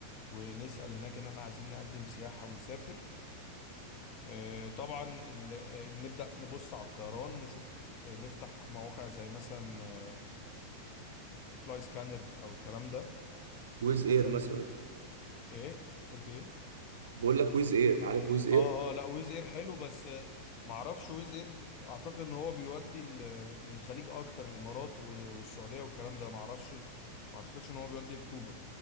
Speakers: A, on the left (about 40°); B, on the right (about 65°).
A: ونسأل هناك ان احنا عايزين نقدم سياحة ونسافر آه، طبعا ال... آه، نبدأ نبص على الطيران نشوف آه، نفتح مواقع زي مثلا فلاي سكانر او الكلام ده
B: ويز إير
A: عشان
B: مثلا
A: ايه قلت ايه
B: بقول لك ويز إير عارف ويز إير
A: اه اه لا ويز اير حلو بس معرفش ويز اير اعتقد ان هو بيودي ل- للخليج اكتر الامارات و- والسعوديه والكلام ده معرفش ما اعتقدش ان هو بيودي لكوبا